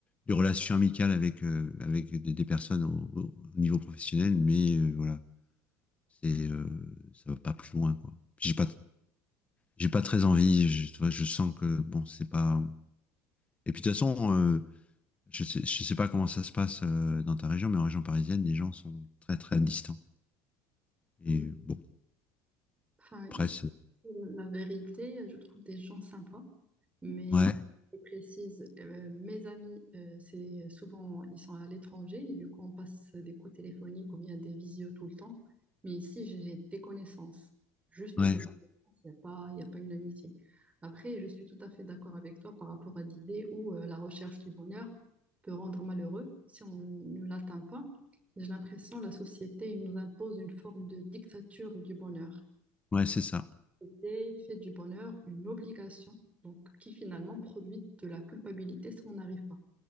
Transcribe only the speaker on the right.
Euh,
Enfin,
ici,
la vérité, je trouve des gens sympas, mais
je précise, euh, mes amis, euh, c'est souvent, ils sont à l'étranger et du coup, on passe des coups téléphoniques ou bien des visios tout le temps. Mais ici, j'ai j'ai des connaissances, juste
des connaissances, il n'y a pas, il y a pas une amitié. Après, je suis tout à fait d'accord avec toi par rapport à l'idée où euh, la recherche du bonheur peut rendre malheureux si on ne l'atteint pas. J'ai l'impression que la société nous impose une forme de dictature du bonheur.
C'était fait du bonheur une obligation, donc qui finalement produit de la culpabilité si on n'arrive pas.